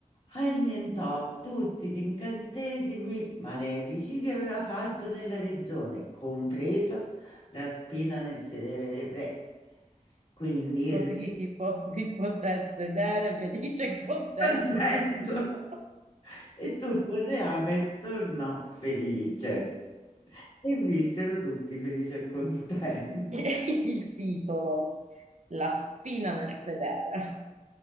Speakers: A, on the left; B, on the right.
A: annientò tutti gli incantesimi malefici che aveva fatto nella regione, compresa la spina nel sedere del re. Quindi
B: Così
A: il re
B: si, po- si poté sedere felice e contento
A: contento.
B: sul suo trono.
A: E tutto il reame tornò felice. E vissero tutti felici e contenti.
B: <laughs> Il titolo, la spina nel sedere.